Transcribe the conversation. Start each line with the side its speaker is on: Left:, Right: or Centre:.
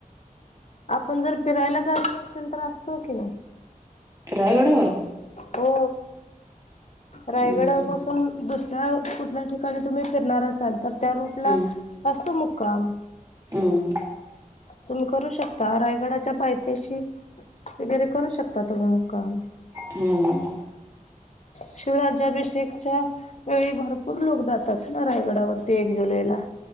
Left: आपण जर फिरायला जाणार असेल, तर असतो की.
Right: रायगडावर?
Left: हो रायगडा
Right: हम्म
Left: पासून दुसऱ्या कुठल्या ठिका णी तुम्ही फिरणार असाल, तर त्या रूटला
Right: हम्म
Left: असतो मुक्काम.
Right: हम्म.
Left: तुम्ही करू शकता रायगडाच्या पायथ्याशी वगैरे करू शकता तुम्ही मुक्काम.
Right: हम्म.
Left: शिवराज्याभिषेकच्या वेळी भरपूर लोक जातात, ना रायगडावरती एक जुलैला.